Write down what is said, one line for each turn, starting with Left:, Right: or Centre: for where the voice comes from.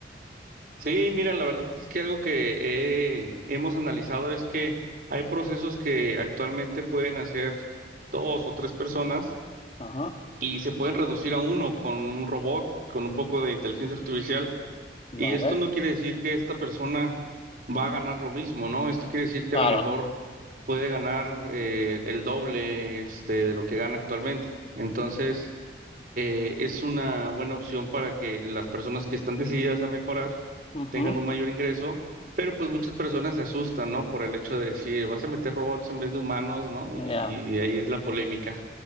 Right: Sí, mira, la verdad es que algo que eh, hemos analizado es que hay procesos que actualmente pueden hacer dos o tres personas
Left: Ajá,
Right: y se pueden reducir a uno con un robot, con un poco de inteligencia artificial.
Left: vale,
Right: Y esto no quiere decir que esta persona va a ganar lo mismo, ¿no? Esto quiere decir que
Left: claro.
Right: a lo mejor puede ganar eh, el doble este, de lo que gana actualmente. Entonces, eh, es una buena opción para que las personas que están decididas a mejorar
Left: Ujú,
Right: tengan un mayor ingreso, pero pues muchas personas se asustan, ¿no? Por el hecho de decir, vas a meter robots en vez de humanos, ¿no? Y,
Left: ya.
Right: y ahí es la polémica.